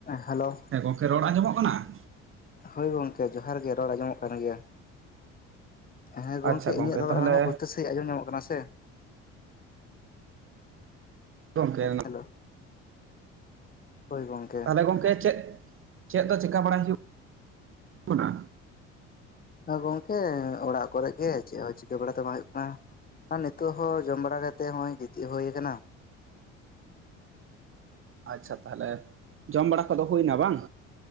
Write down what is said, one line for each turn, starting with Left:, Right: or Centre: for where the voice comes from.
Left: ᱦᱮᱞᱳ
Right: ᱦᱮᱸ ᱜᱚᱝᱠᱮ ᱨᱚᱲ ᱟᱸᱡᱚᱢᱚᱜ ᱠᱟᱱᱟ?
Left: ᱦᱳᱭ ᱜᱚᱢᱠᱮ ᱡᱚᱦᱟᱨ ᱜᱮ ᱨᱚᱲ ᱟᱸᱡᱚᱢᱚᱜ ᱠᱟᱱ ᱜᱮᱭᱟ᱾ ᱦᱮᱸ ᱜᱚᱝᱠᱮ
Right: ᱟᱪᱪᱷᱟ
Left: ᱤᱧᱟᱜ ᱨᱚᱲ
Right: ᱛᱟᱦᱚᱞᱮ
Left: ᱟᱲᱟᱝ ᱩᱥᱴᱟᱹ ᱥᱟ <unintelligible> ᱼᱼ ᱟᱸᱡᱚᱢ ᱧᱟᱢᱚᱜ ᱠᱟᱱᱟ <unintelligible> ᱥᱮ
Right: ᱜᱚᱝᱠᱮ
Left: ᱦᱮᱞᱳ ᱦᱚᱭ ᱜᱚᱝᱼᱼ
Right: ᱛᱟᱦᱞᱮ ᱜᱚᱝᱠᱮ ᱪᱮᱜ, ᱪᱮᱜ ᱫᱚ ᱪᱮᱠᱟ ᱵᱟᱲᱟᱭ ᱦᱩᱭᱩᱜ ᱠᱟᱱᱟ᱾
Left: ᱦᱮᱸ ᱜᱚᱝᱠᱮ ᱚᱲᱟᱜ ᱠᱚᱨᱮᱜ ᱜᱮ ᱪᱮᱜ ᱦᱚᱸ ᱪᱤᱠᱟᱹ ᱵᱟᱲᱟ ᱛᱚ ᱵᱟᱝ ᱦᱩᱭᱩᱜ ᱠᱟᱱᱟ᱾ ᱟᱨ ᱱᱤᱛᱚᱜ ᱦᱚᱸ ᱡᱚᱢ ᱵᱟᱲᱟ ᱠᱟᱛᱮ ᱦᱚᱸᱜᱼᱚᱭ ᱜᱤᱛᱤᱜ ᱦᱩᱭᱟ ᱠᱟᱱᱟ᱾
Right: ᱟᱪᱪᱷᱟ ᱛᱟᱦᱞᱮ ᱡᱚᱢ ᱵᱟᱲᱟ ᱠᱚᱫᱚ ᱦᱩᱭᱱᱟ ᱵᱟᱝ?